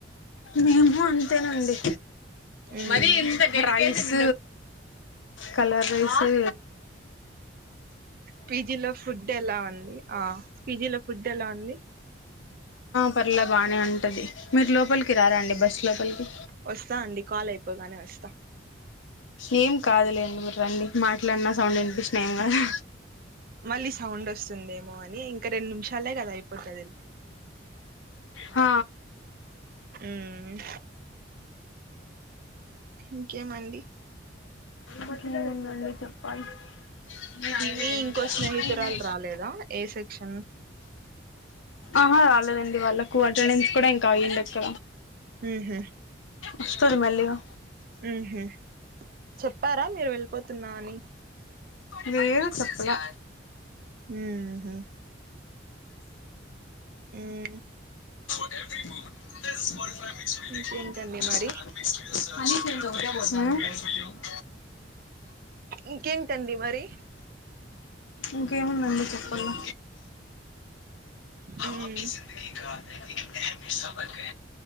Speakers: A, on the left; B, on the right.
A: మేము అంతేనండి
B: మ్మ్
A: మరి ఇంత రైస్ కలర్ రైసు
B: పీజీలో ఫుడ్ ఎలా ఉంది ఆ పీజిలో ఫుడ్ ఎలా ఉంది
A: పర్లా బాగానే ఉంటాది మీరు లోపలికి రారండి బస్సు లోపలికి
B: వస్తా అండి కాల్ అయిపోగానే వస్తా
A: ఏం కాదులేండి మీరు రండి మాట్లాడిన సౌండ్ వినిపించిన ఏం కాదు
B: మళ్ళీ సౌండ్ వస్తుంది వస్తుందేమో అని ఇంకా రెండు నిమిషాలే కదా అయిపోతుంది
A: హ
B: హ్మ్ ఇంకేమండి
A: ఇంకేమి ఉంది అండి చెప్పాలి అ
B: మీ
A: ఏ
B: ఇంకో స్నేహితురాలు రాలేదా ఏ సెక్షన్
A: ఆహా రాలేదండి వాళ్ళకు అటెెన్స్ కూడా ఇ కయింది అక్క
B: ఉహు
A: వస్తది మలిగా
B: ఉహు చెప్పారా మీరు వెళ్ళిపోతున్నా అని
A: హ్మ్ చప్పలా
B: ఉహు మ్మ్
A: అ
B: ఇంకేంటండి మరి
A: ఆ
B: ఇంకేంటండి మరి
A: ఇంకేముందండి చెప్పలో
B: ఉమ్
A: మాకి జిందీ కా అహం హస్సా వర్గ